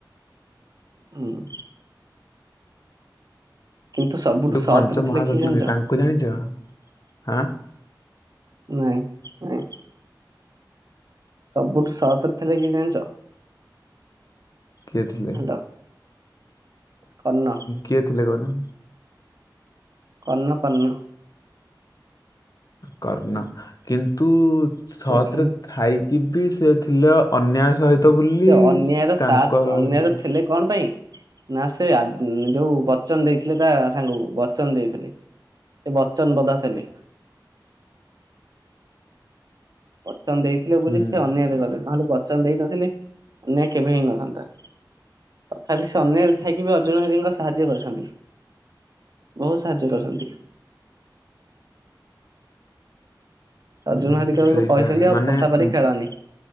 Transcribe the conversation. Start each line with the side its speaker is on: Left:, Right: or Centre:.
Right: ହୁଁ କିନ୍ତୁ ସବୁଠୁ
Left: ଯୋଉ
Right: ସତରେ
Left: ପଞ୍ଚ ମହାସତୀ
Right: ଥିଲେ କିଏ ଜାଣିଚ?
Left: କୁହନ୍ତି। ତାଙ୍କୁ ଜାଣିଛ ହାଁ
Right: ନାଇଁ -ନାଇଁ ସବୁଠୁ ସତ୍ ରେ ଥିଲେ କିଏ ଜାଣିଛ?
Left: କିଏ ଥିଲେ?
Right: ହାଲୋ କର୍ଣ୍ଣ
Left: କିଏ ଥିଲେ କହୁନ?
Right: କର୍ଣ୍ଣ- କର୍ଣ୍ଣ
Left: କର୍ଣ୍ଣ, କିନ୍ତୁ ସତ୍
Right: ସେ ଖାଲି
Left: ରେ ଥାଇକି ବି ସେ ଥିଲେ ଅନ୍ୟାୟ ସହିତ ବୁଲି
Right: ସେ ଅନ୍ୟାୟର
Left: ତାଙ୍କର
Right: ସାଥ ଅନ୍ୟାୟର
Left: ଇଏ
Right: ଥିଲେ କଣ ପାଇଁ ନା ସେ ଆଗ ଯୋଉ ବଚନ ଦେଇଥିଲେ। ତା ସାଙ୍ଗକୁ ବଚନ ଦେଇଥିଲେ। ସେ ବଚନ ବଦ୍ଧ ଥିଲେ। ବଚନ ଦେଇଥିଲେ ବୋଲି
Left: ହୁଁ
Right: ସେ ଅନ୍ୟାୟ ରେ ଗଲେ ନହେଲେ ବଚନ ଦେଇନଥିଲେ ଅନ୍ୟାୟ କେବେ ହେଇ ନଥାନ୍ତା। ତଥାପି ସେ ଅନ୍ୟାୟ ରେ ଥାଇକି ବି ଅର୍ଜୁନ ହରିଙ୍କୁ ସାହାଯ୍ୟ କରିଛନ୍ତି। ବହୁତ ସାହାଯ୍ୟ କରିଛନ୍ତି। ଅର୍ଜୁନ
Left: ହୁଁ
Right: ହେରିକାଙ୍କୁ
Left: ସେଇଟା
Right: କହିଛନ୍ତି। ଆଉ
Left: ମାନେ
Right: ପଷା ପାଲି
Left: ଉଁ
Right: ଖେଳନି